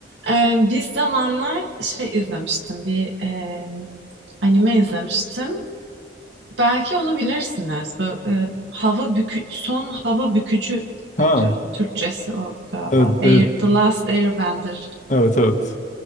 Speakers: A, on the right (about 80°); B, on the left (about 45°).
A: Ee, bir zamanlar şey izlemiştim, bir e, anime izlemiştim. Belki onu bilirsiniz. Bu e, hava bükü, son hava bükücü
B: Ha,
A: müydü? Türkçesi o galiba.
B: evet,
A: Air,
B: evet.
A: The Last Airbender.
B: Evet, evet.